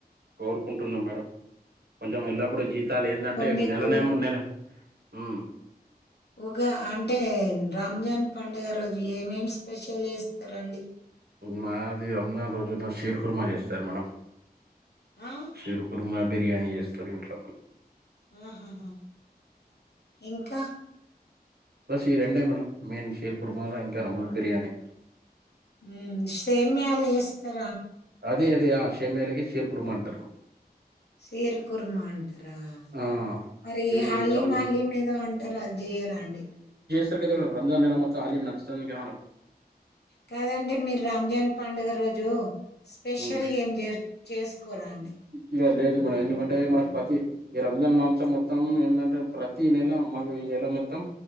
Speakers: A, on the right; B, on the left.
A: కోరుకుంటున్నాం మేడం. కొంచెం ఎల్లప్పుడుూ జీతాలేదంటే
B: మీకు
A: నెల నెమ్ నెల హ్మ్.
B: ఉగా అంటే రంజాన్ పండుగ రోజు ఏమేమి స్పెషల్ చేస్తరండి
A: మాది రంజాన్ రోజున ఫీర్ కుర్మ చేస్తారు మన
B: ఆ?
A: షీర్ కుర్మ బిర్యానీ చేస్తార్ ఇంట్ల
B: ఆహహ ఇంకా
A: బస్ ఈ రెండే మేడం మెయిన్ షీర్ కుర్మ ఇంక దమ్ బిర్యానీ
B: ఉ సేమ్యాల్ వేస్తార్
A: అదే అదే ఆ షేమేలకి శీర్ కుర్మ అంటారు
B: షీర్ కుర్మా అంటరా
A: ఆ!
B: మరి
A: ఇది
B: హలీీమ్
A: సౌదీ
B: హ తీయ ఏదో అంటారా అది చెయ్యరాా అండి
A: అట్ట కాద్ రంజాన్ నెలా మొత్తం హలీం నడస్తుంది గా మేడం
B: కాదండి మీరు రామ్జాన్ పండగ రోజు స్పెషల్గ
A: ఉమ్
B: ఎంచేసుకు కోరండి
A: ఇగ లేదు మేడం ఎందుకంటే మన ప్రతి ఈ రంజాన్ మాంసం మొత్తం ఏందంటే ప్రతి నెల మాకు ఈ నెల మొత్తం